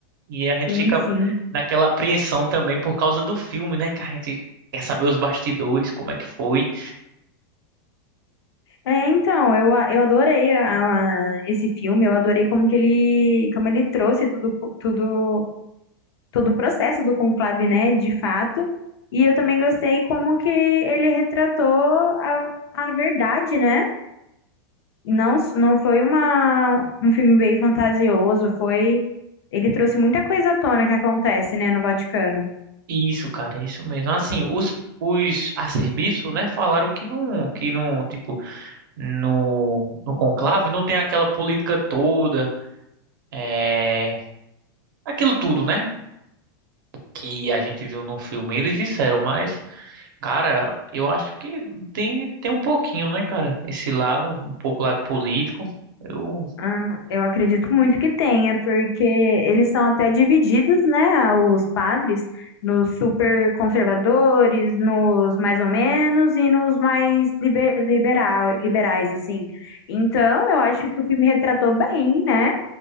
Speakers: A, on the right; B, on the left.
A: E a gente
B: Sim,
A: fica
B: sim.
A: naquela apreensão também por causa do filme, né? Que a gente quer saber os bastidores, como é que foi.
B: É, então, eu, a- eu adorei a- a- esse filme, eu adorei como que ele, como ele trouxe tudo, tudo todo o processo do conclave, né, de fato. E eu também gostei como que ele retratou a, a verdade, né? Não, s- não foi uma, um filme bem fantasioso, foi. Ele trouxe muita coisa à tona que acontece, né, no Vaticano.
A: E Isso, cara, é isso mesmo. Assim, os, os arcebispos, né, falaram que não, que não, tipo, no, no conclave não tem aquela política toda, é, aquilo tudo, né? Que a gente viu no filme. Eles disseram, mas. Cara, eu acho que tem, tem um pouquinho, né, cara? Esse lado, um pouco lado político. Eu...
B: Ah, eu acredito muito que tenha, porque eles são até divididos, né, os padres, nos super conservadores, nos mais ou menos e nos mais liber, liberal, liberais, assim. Então, eu acho que o filme retratou bem, né,